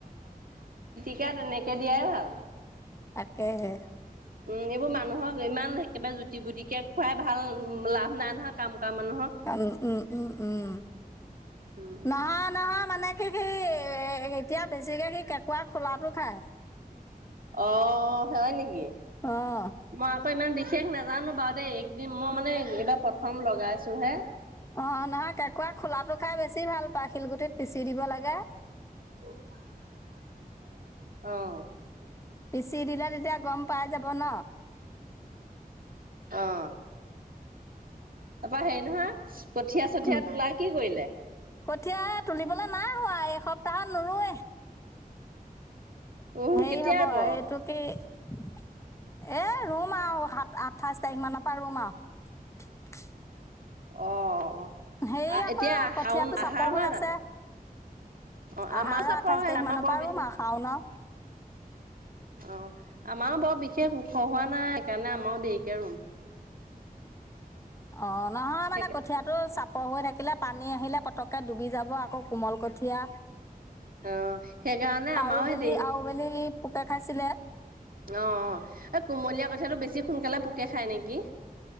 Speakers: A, on the right; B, on the left.
A: তিয়া তেনেকে দিয়াই ভাল।
B: তাকেহে,
A: উম, এইবোৰ মানুহক ইমান একেবাৰে জুতি পুটিকে খুৱাই ভাল লাভ নাই নহয়। কাম কৰা মানুহক
B: উম-উম-উম,
A: উম
B: নহয়-নহয় মানে সি-সি এ এতিয়া বেছিকে সি কেঁকোৱা খোলাটো খায়।
A: অ' হয় নেকি?
B: অহ,
A: মই আকৌ ইমান বিশেষ নাজানো বাৰু দেই একদিন মই মানে এইবাৰ প্ৰথম লগাইছো হে।
B: অ' নহয় কেঁকুৰা খোলাটো খাই বেছি ভাল পায় শিলগুটিত পিচি দিব লাগে।
A: <unintelligible> অহ,
B: পিচি দিলে তেতিয়া গম পাই যাব ন।
A: অহ, তাৰপৰা হেৰি নহয় কঠীয়া-চঠিয়া
B: উম
A: তুলা কি কৰিলে?
B: কঠীয়া তুলিবলৈ নাই হোৱা এই এসপ্তাহত নোৰোৱে।
A: উম
B: হেৰি
A: কেতিয়া
B: হ'ব
A: ৰুব
B: এইটো কি এ ৰুম ৰুম আৰু সাত আঠাইশ তাৰিখ মানৰ পৰা ৰুম আৰু।
A: অ',
B: হে আকৌ
A: এতিয়া
B: কঠিয়াতটো
A: শাওন আহাৰ
B: চাপৰ
A: নহয়
B: হৈ
A: জানো
B: আছে।
A: অ আমাৰ
B: আহাৰ আৰু
A: চাপৰ
B: আঠাইশ
A: হয়
B: তাৰিখ
A: আমাৰ
B: মানৰ
A: বৰ
B: পৰা
A: বি
B: ৰুম আৰু শাওনৰ।
A: অ' আমাৰো বৰ বিশেষ ওখ হোৱা নাই সেইকাৰণে আমাৰও দেৰিকে ৰুম।
B: অ' নহয়
A: সেইকা
B: মানে কঠিয়াতটো চাপ পৰ হৈ থাকিলে পানী আহিলে পতককে ডুবি যাব আকৌ কোমল কঠীয়া।
A: অ সেইকাৰণে আমাৰো
B: আৰু
A: সেই
B: বেলি আৰু বেলি পোকে খাইছিলে।
A: অ-অ এই কুমলীয়া কথাাতটো বেছি সোনকালে পোকে খায় নেকি?